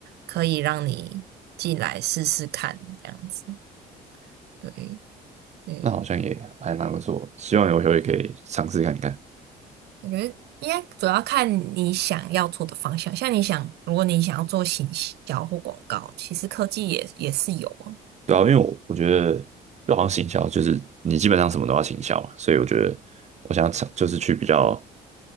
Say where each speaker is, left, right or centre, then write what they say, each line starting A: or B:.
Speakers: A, on the right; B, on the right.
A: 可以让你进来试试看，这样子。对，嗯，
B: 那好像也还蛮不错，希望有机会可以尝试看看。
A: 我觉得应该主要看你想要做的方向，像你想，如果你想要做行销或广告，其实科技也也是有啊。
B: 对啊，因为我我觉得就好像行销，就是你基本上什么都要行销嘛，所以我觉得我想尝就是去比较